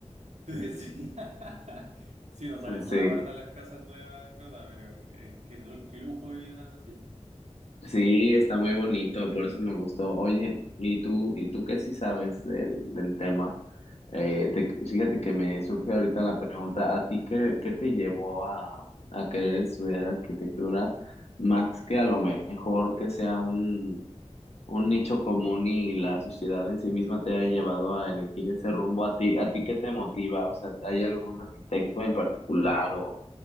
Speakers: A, on the right; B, on the left.
A: Entonces, sí, <laughs> sí, no salen nada
B: Sí,
A: baratas las casas nuevas, en verdad, pero eh, qué, lu- qué lujo vivir en algo así.
B: sí, está muy bonito, por eso me gustó. Oye, ¿y tú, y tú qué sí sabes del, del tema? Eh, te- fíjate que me surge ahorita la pregunta, ¿a ti qué, qué te llevó a, a querer estudiar arquitectura más que a lo mejor que sea un, un nicho común y la sociedad en sí misma te haya llevado a elegir ese rumbo? ¿A ti, a ti qué te motiva? O sea, ¿hay algún arquitecto en particular o,